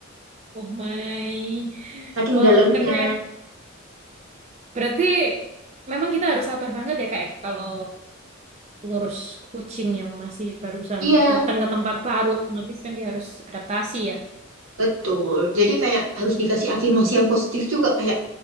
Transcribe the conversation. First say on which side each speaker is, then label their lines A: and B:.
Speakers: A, on the right; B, on the right.
A: Oh my.
B: Saking
A: Wow
B: dalamnya.
A: keren. Berarti memang kita harus sabar banget ya Kak ya kalau ngurus kucing yang masih barusan
B: Iya.
A: datang ke tempat baru otomatis kan dia harus adaptasi ya.
B: Betul. Jadi kayak harus dikasih afirmasi yang positif juga kayak